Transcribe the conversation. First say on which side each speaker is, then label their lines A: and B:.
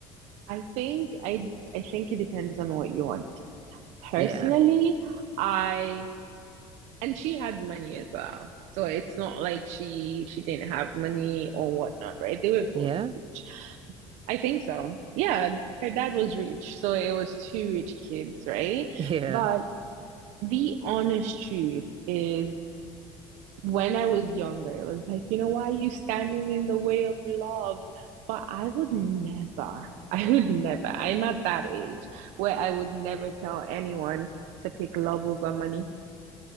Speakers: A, on the right (about 75°); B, on the right (about 50°).
A: I think I I think it depends on what you want. Personally,
B: Yeah,
A: I and she had money as well. So it's not like she she didn't have money or whatnot, right? They were both
B: yeah.
A: rich. I think so. Yeah, her dad was rich, so it was two rich kids, right?
B: Yeah,
A: But the honest truth is when I was younger, it was like, you know, why are you standing in the way of love? But I would never, <laughs> I would never, I'm at that age where I would never tell anyone to pick love over money.